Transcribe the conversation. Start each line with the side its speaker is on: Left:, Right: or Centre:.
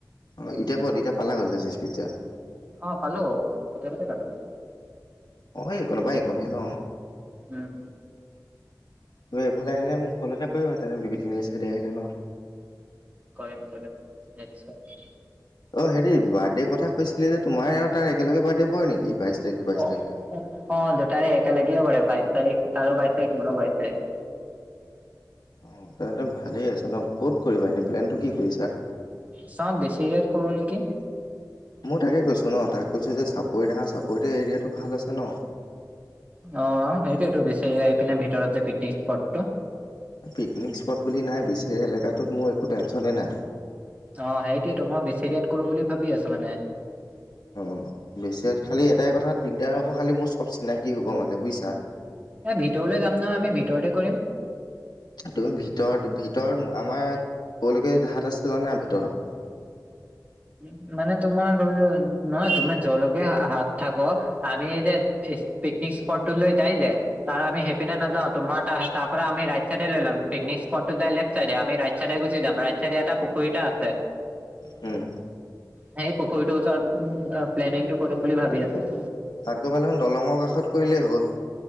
Left: অ', এতিয়া ক'ত, এতিয়া পালা ক'ত লেজিছ পিজ্জা?
Right: অ', পালো কেতিয়াবাতে পালো।
Left: অ', সেই একন পা সেই কন হে ন
Right: উম।
Left: তুমি এইফালে আহিলে মোক কল এটা কৰিবা তেনে বিবি তিনিআলি চাইডে আহিলে ন।
Right: কৰিম কৰিম নিশ্চয়।
Left: অ হেৰি বাৰ্থডে কথা কৈছিলে যে তোমাৰ আৰু তাৰ একেলগ বাৰ্থডে পৰে নেকি বাইশ তাৰিখে বাইশ
Right: অ
Left: তাৰিখে
Right: অ দুটাৰে একেলগে কৰে বাইশ তাৰিখ তাৰো বাইছ তাৰিখ মোৰো বাইশ তাৰিখ
Left: অ তেনতে ভালেই আছ ন ক'ত কৰিবা এনে প্লেনটো কি কৰিছা।
Right: চওঁ বেছি ইয়াত কৰো নেকি?
Left: মই তাকে কৈছোঁ ন তাক কৈছো যে চাপৰিত আহা চাপৰিটো এৰিয়াটো ভাল আছে ন
Right: অ সেইটোয়টো বেছি আহি পিনে ভিতৰত যে পিকনিক স্পটটো
Left: পিকনিক স্পট বুলি নাই বেছি এলেকাটোত মোৰ একো টেনশ্যনেই নাই।
Right: অ সেইটোয়েতো মই বেচি দয়াত কৰো বুলি ভাবি আছো মানে
Left: অ বেছি খালি এটাই কথাত দিগদাৰ হ'ব খালি মোৰ চব চিনাকি হ'ব মানে বুজিছা।
Right: এ ভিতৰলৈ যাম নহয় আমি ভিতৰতে কৰিম।
Left: তুমি ভিতৰত ভিতৰত আমাৰ ক'লৈকে জাট আছে জোৱানাই ভিতৰত-
Right: উ মানে তোমাৰ দৰিল নহয় তুমি জলকে হাত থাক আমি এ যে পিকনিক স্পট লৈ যাই যে তাৰ আমি সেইপিনে নাযাওঁ তোমাৰ তাৰ ত পৰা আমি ৰাাত চাইডে লৈ লাম পিকনিক স্পটটো যাই লে্টাইড আম ৰাাই চাইড গুচি যাম ৰা ৰাজ চাইড এটা পুখুৰীটা আছে।
Left: উম
Right: সেই পুখুৰীটো ওচ প্লেনিং টো কৰিম বুলি ভাবি আছো।
Left: তাতকৈ ভাল খন দলঙৰ কাষত কৰিলেই হ'ল